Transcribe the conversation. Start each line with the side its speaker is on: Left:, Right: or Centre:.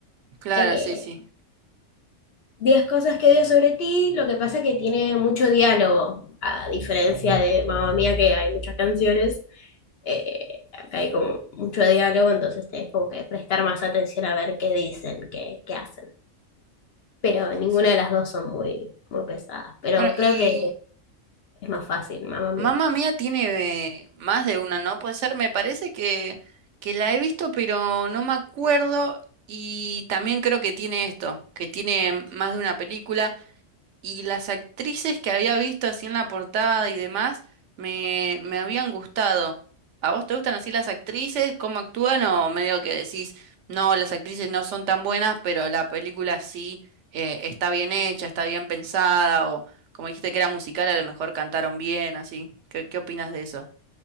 Right: Claro,
Left: Eh,
Right: sí, sí,
Left: Diez cosas que odio sobre ti, lo que pasa es que tiene mucho diálogo, a diferencia de Mamma Mía, que hay muchas canciones. eh, acá hay como mucho diálogo, entonces tenés como que prestar más atención a ver qué dicen, qué, qué hacen. Pero
Right: sí,
Left: ninguna
Right: sí.
Left: de las dos son muy, muy pesadas. Pero
Right: Bueno,
Left: creo
Right: y
Left: que es más fácil, mamá mía.
Right: Mamma Mía tiene eh, más de una, ¿no? Puede ser, me parece que, que la he visto, pero no me acuerdo. Y también creo que tiene esto, que tiene más de una película. Y las actrices que había visto así en la portada y demás me, me habían gustado. ¿A vos te gustan así las actrices? ¿Cómo actúan? O medio que decís, no, las actrices no son tan buenas, pero la película sí eh, está bien hecha, está bien pensada, o como dijiste que era musical, a lo mejor cantaron bien, así. ¿Qué, qué opinas de eso?